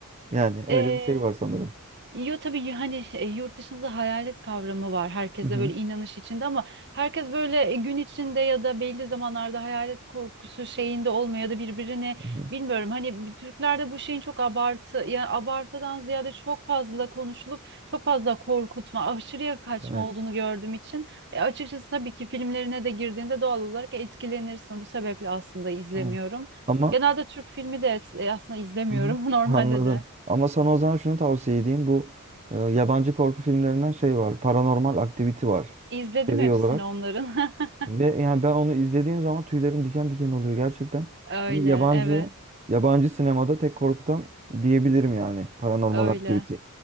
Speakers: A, on the right; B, on the right.
A: Yani öyle
B: e,
A: bir şey var sanırım.
B: Yo tabii y- hani e, yurt dışında hayalet kavramı var. Herkeste
A: Hı hı.
B: böyle inanış içinde ama herkes böyle e, gün içinde ya da belli zamanlarda hayalet korkusu şeyinde olmuyor ya da birbirini
A: Hı hı.
B: bilmiyorum. Hani bir- Türklerde bu şeyin çok abartı ya abartıdan ziyade çok fazla konuşulup çok fazla korkutma, aşırıya kaçma
A: Evet.
B: olduğunu gördüğüm için e, açıkçası tabii ki filmlerine de girdiğinde doğal olarak etkilenirsin. Bu sebeple aslında izlemiyorum.
A: Aynen. Ama
B: Genelde Türk filmi de e, aslında izlemiyorum
A: Aha.
B: <laughs> normalde
A: Anladım.
B: de.
A: Ama sana o zaman şunu tavsiye edeyim. Bu e, yabancı korku filmlerinden şey var. Paranormal Activity var.
B: İzledim
A: Seri
B: hepsini
A: olarak.
B: onların. <laughs>
A: Ve yani ben onu izlediğim zaman tüylerim diken diken oluyor gerçekten.
B: Öyle,
A: Beni yabancı
B: evet,
A: yabancı sinemada tek korkutan diyebilirim yani Paranormal
B: öyle.
A: Activity.